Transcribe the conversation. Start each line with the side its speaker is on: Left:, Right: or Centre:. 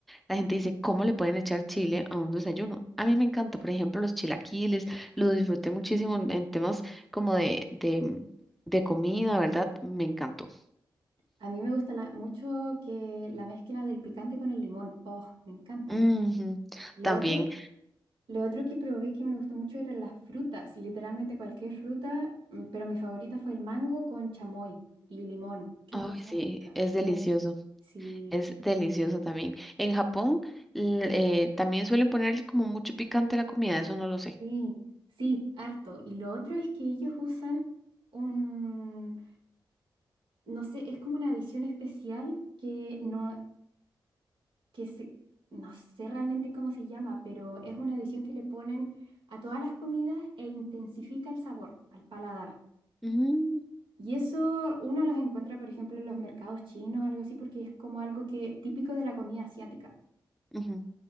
Centre: La gente dice, ¿cómo le pueden echar chile a un desayuno? A mí me encanta, por ejemplo, los chilaquiles, lo disfruté muchísimo en, en temas como de, de, de comida, ¿verdad? Me encantó.
Right: a mí me gusta la- mucho que la mezcla del picante con el limón. Oh, me encanta.
Centre: Ujú,
Right: Lo
Centre: También,
Right: otro Lo otro que probé que me gustó mucho eran las frutas, literalmente cualquier fruta, mm, pero mi favorita fue el mango con chamoy y limón. Qué
Centre: ay,
Right: cosa
Centre: sí,
Right: más rica.
Centre: es delicioso,
Right: Yes. Sí,
Centre: es delicioso también. En Japón l- eh, también suelen ponerle como mucho picante a la comida, eso no lo sé.
Right: sí, sí, harto. Y lo otro es que ellos usan un, no sé, es como una adición especial que no, que se, no sé realmente cómo se llama, pero es una adición que le ponen a todas las comidas e intensifica el sabor al paladar.
Centre: Mm,
Right: Y eso uno los encuentra, por ejemplo, en los mercados chinos, algo así, porque es como algo que típico de la comida asiática,
Centre: ujú,